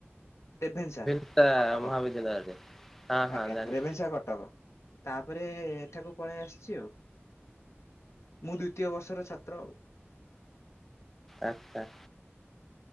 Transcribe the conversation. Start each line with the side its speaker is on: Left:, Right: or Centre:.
Left: ରେଭେନ୍ସା।
Centre: ମହାବିଦ୍ୟାଳୟ
Left: କଟକ
Centre: ରେ ହଁ ହଁ
Left: ଆଜ୍ଞା
Centre: ଜାଣି
Left: ରେଭେନ୍ସା କଟକ। ତାପରେ ଏଠାକୁ ପଳେଇ ଆସିଛି ଆଉ। ମୁଁ ଦ୍ୱିତୀୟ ବର୍ଷର ଛାତ୍ର ଆଉ।
Centre: ଆଚ୍ଛା।